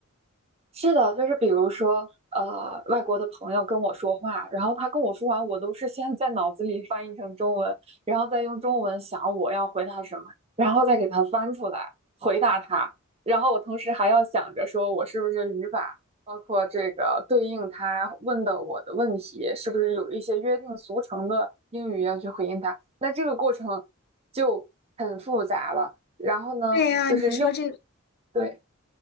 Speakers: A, on the right (about 30°); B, on the left (about 50°).
A: 是的，就是比如说，呃，外国的朋友跟我说话，然后他跟我说完，我都是先在脑子里翻译成中文，然后再用中文想我要回答什么，然后再给他翻出来回答他，然后我同时还要想着说我是不是语法，包括这个对应他问的我的问题，是不是有一些约定俗成的英语要去回应他，那这个过程就很复杂了。然后呢，
B: 对呀、
A: 就是用，
B: 你说这
A: 对，